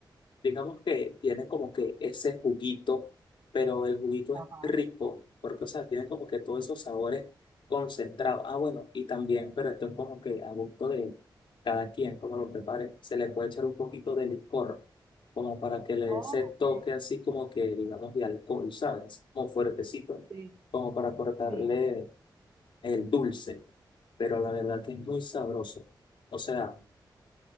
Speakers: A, on the left; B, on the right.
A: digamos que tiene como que ese juguito, pero el juguito
B: Ajá.
A: es rico, porque, o sea, tiene como que todos esos sabores concentrados. Ah, bueno, y también, pero esto es como que a gusto de cada quien, como lo prepare, se le puede echar un poquito de licor, como para que le
B: Oh,
A: dé ese toque
B: ok.
A: así como que, digamos, de alcohol, ¿sabes? Como fuertecito,
B: Sí,
A: como para aportarle
B: sí.
A: el dulce, pero la verdad que es muy sabroso. O sea,